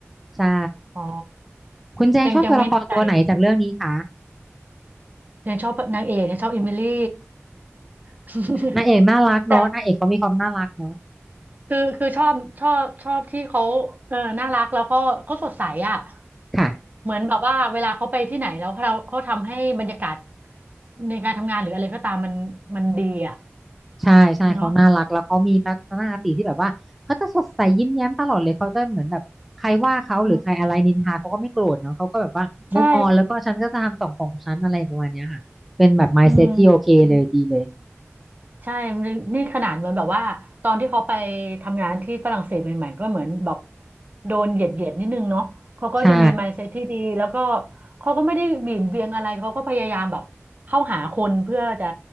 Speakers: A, in the centre; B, on the right (about 40°).
A: ใช่
B: อ๋อ
A: คุณแจงชอบตัวละครตัวไหนจากเรื่องนี้คะ
B: จังจังไม่แน่ใจยังชอบนางเอกยังชอบอิมิลี่ <laughs>
A: นางเอกน่ารักเนาะนางเอกเขามีความน่ารักเนาะ
B: แต่คือคือชอบชอบชอบที่เขาเออน่ารักแล้วก็เขาสดใสอ่ะ
A: ค่ะ
B: เหมือนแบบว่าเวลาเขาไปที่ไหนแล้วเขาเขาทำให้บรรยากาศในการทำงานหรืออะไรก็ตามมันมันดีอ่ะ
A: ใช่ใช่เขาน่ารักแล้วเขามีทัศนคติที่แบบว่าเขาจะสดใสยิ้มแย้มตลอดเลยเขาจะเหมือนแบบใครว่าเขาหรือใครอะไรนินทาเขาก็ไม่โกรธเนาะเขาก็แบบว่า
B: เนาะอื ใช่
A: move on แล้วก็ฉันก็จะทำสองของฉันอะไรประมาณเนี้ยค่ะเป็นแบบ mindset
B: อืม
A: ที่โอเคเลยดีเลย
B: ใช่นี่นี่ขนาดเหมือนแบบว่าตอนที่เขาไปทำงานที่ฝรั่งเศสใหม่ๆก็เหมือนแบบโดนเหยียดเหยียดนิดนึงเนาะเขาก็ยังมี
A: ใช่
B: mindset ที่ดีแล้วก็เขาก็ไม่ได้หวี่นเวียงอะไรเขาก็พยายามแบบเข้าหาคนเพื่อจะ